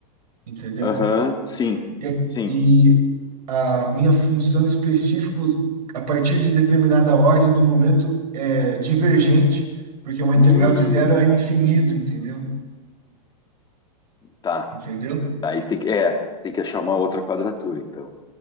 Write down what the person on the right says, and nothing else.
entendeu?
e,
e a minha função específica, a partir de determinada ordem do momento, é divergente, porque uma
integral de zero é infinito, entendeu?
Entendeu?